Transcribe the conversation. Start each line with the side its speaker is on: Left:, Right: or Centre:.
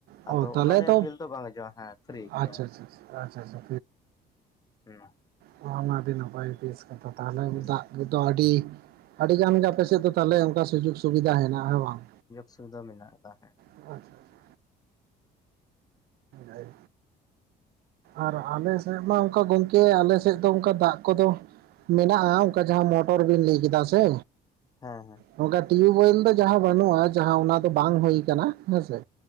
Right: ᱚ
Left: ᱟᱫᱚ
Right: ᱛᱟᱦᱚᱞᱮ
Left: ᱚᱱᱟ ᱨᱮᱭᱟᱜ
Right: ᱛᱚ
Left: ᱵᱤᱞ ᱫᱚ ᱵᱟᱝ ᱦᱤᱡᱚᱜ-ᱟ ᱦᱮᱸ ᱯᱷᱨᱤ
Right: ᱟᱪᱪᱷᱟ
Left: ᱜᱮᱭᱟ᱾
Right: ᱟᱪᱪᱷᱟ ᱟᱪᱪᱷᱟ ᱟᱪᱪᱷᱟ
Left: ᱦᱩᱸ᱾
Right: ᱦᱚᱸ ᱚᱱᱟ ᱟᱹᱰᱤ ᱱᱟᱯᱟᱭ ᱵᱮᱥ ᱠᱟᱛᱷᱟ ᱛᱟᱦᱚᱞᱮ
Left: ᱦᱮᱸ
Right: ᱫᱟᱜ ᱜᱤ ᱫᱚ ᱟᱹᱰᱤ ᱟᱰᱤ ᱜᱟᱱ ᱜᱮ ᱟᱯᱮ ᱥᱮᱜ ᱫᱚᱼᱼ ᱛᱟᱦᱚᱞᱮ ᱚᱱᱠᱟ ᱥᱩᱡᱳᱠ ᱥᱩᱵᱤᱫᱟ ᱦᱮᱱᱟᱜ-ᱟ, ᱦᱮᱸ ᱵᱟᱝ?
Left: ᱥᱩᱵᱤᱫᱟ ᱢᱮᱱᱟᱜ ᱟᱠᱟᱫᱟ ᱦᱮᱸ᱾
Right: ᱚ ᱟᱪᱪᱷᱟ ᱟᱪᱷᱟ᱾ ᱦᱮᱡ ᱟᱨ
Left: ᱦᱮᱸ
Right: ᱟᱞᱮᱥᱼᱼ ᱥᱮᱜ ᱢᱟ ᱚᱱᱠᱟ ᱜᱚᱝᱠᱮ ᱟᱞᱮ ᱥᱮᱜ ᱫᱚ ᱚᱱᱠᱟ ᱫᱟᱜ ᱠᱚᱫᱚᱼᱼ ᱢᱮᱱᱟᱜ-ᱟ ᱚᱱᱠᱟ ᱡᱟᱦᱟᱸ ᱢᱚᱴᱚᱨ ᱵᱤᱱ ᱞᱟᱹᱭ ᱠᱮᱫᱟ ᱥᱮ᱾
Left: ᱦᱮᱸ ᱦᱮᱸ᱾
Right: ᱱᱚᱝᱠᱟ ᱴᱤᱭᱩᱵᱮᱞ ᱫᱚ ᱡᱟᱦᱟᱸ ᱵᱟᱱᱩᱜ-ᱟ ᱡᱟᱦᱟᱸ ᱚᱱᱟ ᱫᱚ ᱵᱟᱝ ᱦᱩᱭ ᱠᱟᱱᱟ, ᱦᱮᱸᱥᱮ᱾